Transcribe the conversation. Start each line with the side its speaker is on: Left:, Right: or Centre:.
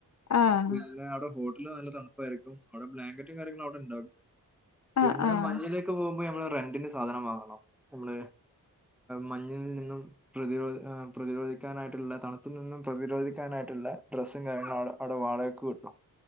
Left: ആഹ്
Centre: പിന്നെ അവ്ടെ ഹോട്ടൽ നല്ല തണുപ്പാരിക്കും അവിടെ ബ്ലാങ്കറ്റും കാര്യങ്ങളും അവിടെ ണ്ടാകും
Left: ആഹ്
Centre: പിന്നെ
Left: ആഹ്
Centre: മഞ്ഞില് ട്ടു പോവുമ്പോ നമ്മള് റെന്റിന് സാധനം വാങ്ങണം നമ്മള് മഞ്ഞിൽ നിന്നും പ്രതിരോ പ്രതിരോധിക്കാനായിട്ടുള്ള തണുപ്പിൽ നിന്നും പ്രതിരോധിക്കാനായിട്ട് ട്ടുള്ള ഡ്രസ്സും കാര്യങ്ങളും അവ്ടെ അവിടെ വാടകക്ക് കിട്ടും